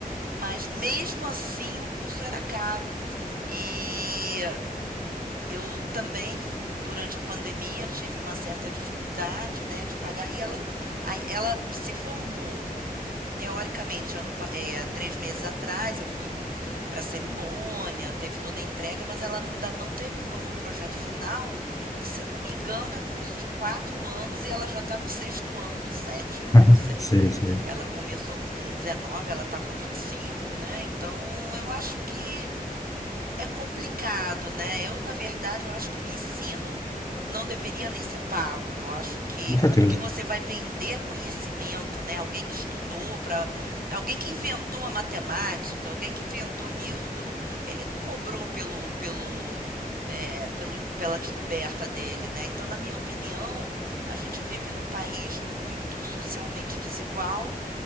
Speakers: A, on the right; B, on the left.
A: mas mesmo assim o curso era caro. E eu também, durante a pandemia, tive uma certa dificuldade, né, de pagar, e ela, ela se formou teoricamente ano, é, três meses atrás, eu fui para a cerimônia, teve toda a entrega, mas ela ainda não terminou o projeto final. E se não me engano, é um curso de quatro anos e ela já está no sexto ano, sétimo,
B: <laughs>
A: não sei.
B: Sei, sei.
A: Ela começou com 19, ela está com vinte e cinco né? Então eu acho que é complicado, né? Eu, na verdade, eu acho que o ensino não deveria nem ser pago. Eu acho que
B: Com
A: como
B: certeza.
A: que você vai vender conhecimento, né? Alguém que estudou para, alguém que inventou a matemática, alguém que inventou Newton, ele não cobrou pelo pelo é, pelo, pela descoberta dele, né? Então, na minha opinião, a gente vive num país muito socialmente desigual